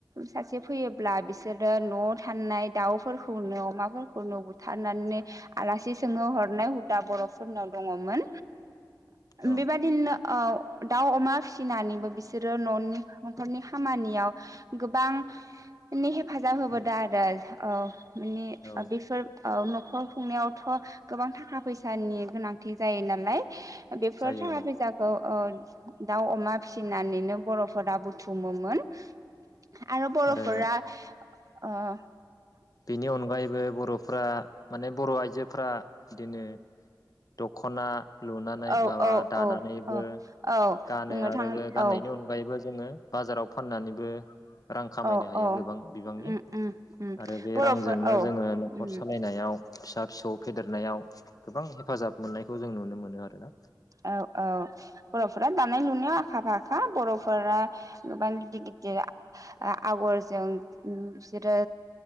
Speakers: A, on the right; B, on the left.
A: सासे फैयोब्ला बिसोरो न'आव थानाय दाउफोरखौनो अमाफोरखौनो बुथार नानै आलासि सोंनो हरनाय हुदा बर'फ फोरनाव दङमोन।
B: औ
A: बिबादिनो औ दाउ अमा फिसिनानैबो बिसोरो न'नि न'खरनि खामानियाव गोबां हेफ फाजाब होबोदो
B: उम
A: आरो। औ। माने
B: औ
A: बेफोर औ न'खर खुंनायावथ' गोबां थाखा फैसानि गोनांथि जायो नालाय बेफोर
B: जायो
A: थाखा
B: औ
A: फैसाखौ ओ दाउ अमा फिसिनानैनो बर'फोरा बुथुम <inaudible> आरो बर'फोरा
B: आरो
A: अ।
B: बेनि अनगायैबो बर'फ्रा माने बर' आइजोफ्रा बिदिनो दख'ना लुनानै
A: औ
B: माबा
A: औ
B: दानानैबो
A: औ औ औ
B: गानो
A: बुंनो
B: आरो
A: थां
B: गाननायनि
A: औ
B: अनगायैबो जोङो बाजाराव फाननानैबो रां खामायनो
A: औ
B: हायो
A: औ
B: गोबां बिबांनि
A: उम उम उम
B: आरो बे
A: बर'फोर
B: रांजोंनो
A: औ
B: जोङो न'खर
A: उम
B: सालायनायाव फिसा फिसौ फेदेरनायाव गोबां <inaudible> हेफाजाब मोननायखौ जों नुनो मोनो आरो ना।
A: औ औ बर'फोरा दानाय लुनायाव आखा-फाखा बर'फोरा <unintelligible> आगरजों बिसोरो